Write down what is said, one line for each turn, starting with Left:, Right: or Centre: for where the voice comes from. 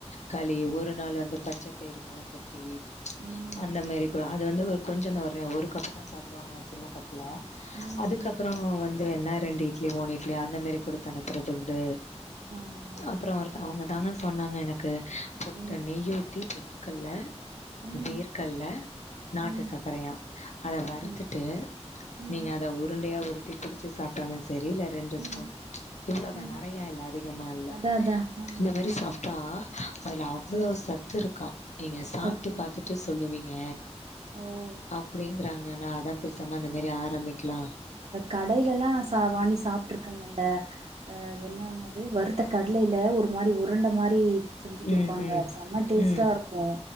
Left: களி ஒரு நாள் வந்து பச்சைப்பயிர் மொள கட்டி கட்டி
Right: ம்
Left: அந்த மாரி கூட அது வந்து ஒரு கொஞ்சோந்தா ஒரு ஒரு கப்புதா சாப்டுவாங்களா சின்ன கப்புல
Right: ம்
Left: அதுக்கப்புறோ
Right: ம் ம்
Left: வந்து என்ன ரெண்டு இட்லி மூணு இட்லி அந்த மாரி குடுத் அனுப்புறது உண்டு
Right: ஆமா ஆமா
Left: அப்பறோ ஒருத்த அவுங்க தாங்க சொன்னாங்க எனக்கு புட்டு
Right: ம்
Left: நெய்யூத்தி புட் ட்டுக்கல்ல
Right: ம்
Left: வேர்கல்ல நாட்டு
Right: ம்
Left: சக்கரையா அத வறுத்துட்டு
Right: ம் ம்
Left: நீங்க அத உருண்டையா உருட்டி புடுச்சு சாப்ட்டாலு சரி இல்ல ரெண்டு ஸ்பூன்
Right: ம்
Left: இவ்ளோதா
Right: ம்
Left: நெறையா இல்ல அதிகமா இல்ல
Right: அதா அதா ஆ
Left: இந்த மாரி சாப் பா அதுல அவ்ளோ சத்துருக்கா நீங்க சாப்ட்டு
Right: சத்து
Left: பாத்துட்டு
Right: இருக்கு
Left: சொல்லுவீங்க
Right: ஓ
Left: அப்டிங்றாங்க நா அத பேசாம இந்த மாரி ஆரமிக்கலா
Right: கடைலெல்லா ச வாங்கி சாப்ட்டுருக்கங்க இந்த அ என்னவங்க அது வறுத்த கடலைல ஒரு மாரி உறுண்ட மாரி செஞ்சு குடுப்பாங்க
Left: ம் ம்
Right: செம டேஸ்டா
Left: ம்
Right: இருக்கு